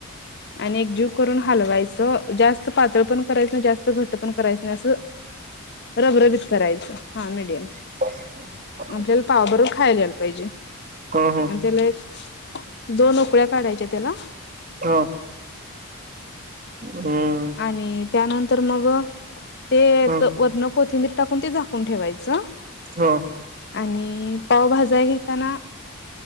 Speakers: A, on the left (about 50°); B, on the right (about 35°).
A: आणि एकजीव करून हलवायचं. जास्त पातळ पण करायचं नाही, जास्त घट पण करायचं नाही असं. रब रबीत करायचं हा म मिडियम.
B: हो.
A: आपल्याला पावाबरोबर खायला याला पाहिजे.
B: हा, हा.
A: म्हणजे लाईक. दोन उकळ्या काढायच्या त्याला
B: हा. हम्.
A: आणि त्यानंतर मग ते
B: ह
A: वरण कोथिंबीर टाकून ते झाकून ठेवायचं.
B: हा.
A: आणि पावभजा घेताना